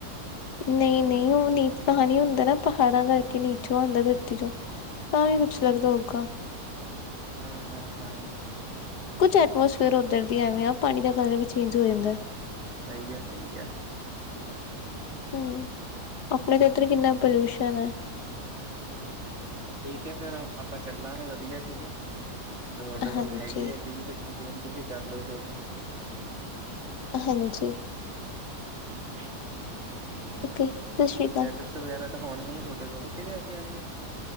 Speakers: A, on the left; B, on the right.
A: ਨਈਂ-ਨਈਂ, ਓ ਨੀਚ ਪਾਣੀ ਹੁੰਦਾ ਨਾ ਪਹਾੜਾਂ ਕਰਕੇ ਨੀਚੋਂ ਆਂਦਾ ਧਰਤੀ ਚੋਂ। ਤਾਂ ਵੀ ਕੁੱਛ ਲੱਗਦਾ ਹੋਊਗਾ।
B: ਹੂੰ-ਹੂੰ-ਹੂੰ।
A: ਕੁਛ ਐਟਮੋਸਫੇਅਰ ਓਦਰ ਦੀ ਐਵੇ ਆ, ਪਾਣੀ ਦਾ ਕਲਰ ਵੀ ਚੇਂਜ ਹੋ ਜਾਂਦਾ।
B: ਸਈ ਐ, ਸਈ ਐ।
A: ਹੂੰ, ਅਪਨੇ ਤਾਂ ਏਦਰ ਕਿੰਨਾ ਪੋਲਿਊਸ਼ਨ ਐ।
B: ਠੀਕੈ, ਫੇਰ ਆਪਾਂ ਚੱਲਾਗੇ ਵਧੀਆ ਠੀਕ ਐ। ਤੁਆਡੇ ਕੋਲ
A: ਹਾਂਜੀ-ਹਾਂਜੀ,
B: ਹੈਗੇ ਆ ਵੀਹ-ਪੱਚੀ ਦਿਨ, ਤੁਸੀਂ ਕਰ ਲਓ ਸ਼ੋਪਿੰਗ।
A: ਹਾਂਜੀ।
B: <unintelligible>
A: ਓਕੇ ਸਤਿ ਸ਼੍ਰੀ ਅਕਾਲ
B: ਜੈਕਟਸ ਵਗੈਰਾ ਤਾਂ ਹੋਣੀਆ ਈ ਆ ਥੋਡੇ ਕੋਲ, ਕਿ ਲੇਕੇ ਆਨੀਆਂ ਨੇ?